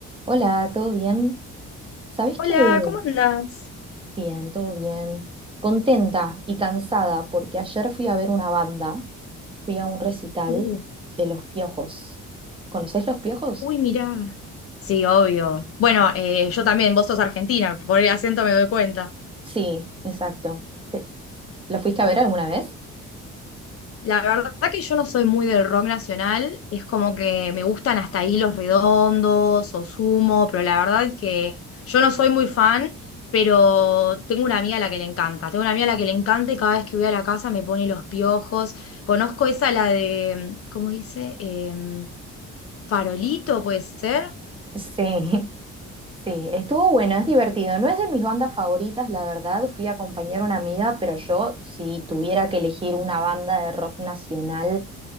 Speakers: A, on the right; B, on the left.
A: Hola, ¿todo bien? ¿Sabés
B: Hola,
A: qué?
B: ¿cómo andás?
A: Bien, todo bien. Contenta y cansada porque ayer fui a ver una banda, fui a un recital
B: Uh,
A: de Los Piojos. ¿Conocés Los Piojos?
B: uy, mirá. Sí, obvio. Bueno, eh, yo también, vos sos argentina, por el acento me doy cuenta.
A: Sí, exacto. Te- ¿Lo fuiste a ver alguna vez?
B: La verdad que yo no soy muy del rock nacional, es como que me gustan hasta ahí Los Redondos o Sumo, pero la verdad es que yo no soy muy fan, pero tengo una amiga a la que le encanta. Tengo una amiga a la que le encanta y cada vez que voy a la casa me pone los piojos. Conozco esa, la de, ¿cómo dice? Em, Farolito, puede ser.
A: Sí, <laughs> sí, estuvo bueno, es divertido. No es de mis bandas favoritas, la verdad. Fui a acompañar a una amiga, pero yo, si tuviera que elegir una banda de rock nacional,